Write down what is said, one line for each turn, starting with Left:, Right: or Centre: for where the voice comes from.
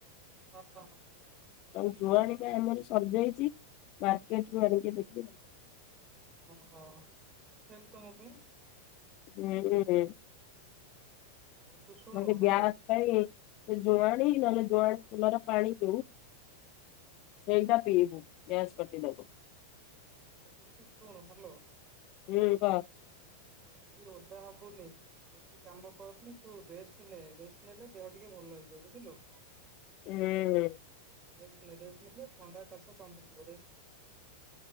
Right: ହଁ
Left: ଆ ଜୁଆଣି ପା ଆମର ସରିଯାଇଚି। ମାର୍କେଟ ରୁ ଆଣିକି ଦେବେ।
Right: ଓହୋ ପଠେଇବୁ ତମ ପାଇଁ।
Left: ହୁଁ ହଁ
Right: ଆଉ ତୁ ଶୁଣୁ
Left: ମୋର
Right: ହ୍ୟାଲୋ
Left: ଗ୍ୟା ପାଇଁ ଜୁଆଣି ନହେଲେ ଜୁଆଣି ଫୁଲର ପାଣିକୁ
Right: ହଁ
Left: ସେଇଟା ପିଇବୁ ଗ୍ୟାସ୍ କଟେଇଦେବ।
Right: ହଁ ମୁଁ କୁହିଲି ତୁ ଶୁଣୁ ହେଲୋ।
Left: ହୁଁ କ
Right: ବେଶୀ ଓଦା ହବୁନି। ବେଶୀ କାମ କରନି ତୁ ରେଷ୍ଟ ନେ ରେଷ ନେଲେ ଦେହ ଟିକେ ଭଲ ହେଇଯିବ ବୁଝିଲୁ।
Left: ହୁଁ
Right: ରେଷ୍ଟ ନେ ରେଷ୍ଟ ନେଲେ ଥଣ୍ତା କାଶ କମିଯିବ। ରେଷ୍ଟ ନେ।